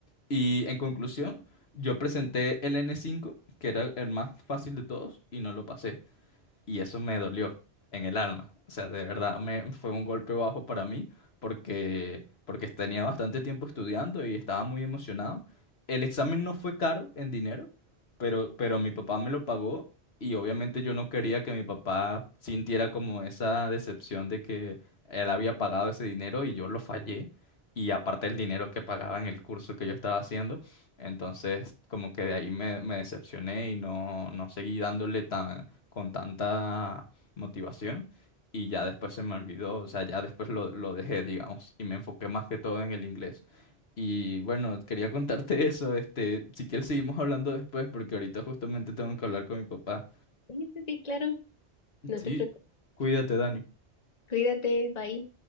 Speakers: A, on the left; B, on the left.
A: Y en conclusión, yo presenté el n cinco, que era el más fácil de todos, y no lo pasé y eso me dolió en el alma. O sea, de verdad me fue un golpe bajo para mí porque porque tenía bastante tiempo estudiando y estaba muy emocionado. El examen no fue caro en dinero, pero pero mi papá me lo pagó y obviamente yo no quería que mi papá sintiera como esa decepción de que él había pagado ese dinero y yo lo fallé. Y aparte el dinero que pagaba en el curso que yo estaba haciendo. Entonces, como que de ahí me, me decepcioné y no, no seguí dándole tan, con tanta motivación y ya después se me olvidó, o sea, ya después lo, lo dejé, digamos, y me enfoqué más que todo en el inglés. Y bueno, quería contarte <laughs> eso, este, si quieres seguimos hablando después porque ahorita justamente tengo que hablar con mi papá.
B: sí, sí, sí, claro, no
A: Sí,
B: te preocupes,
A: Cuídate, Dani.
B: cuídate, bye.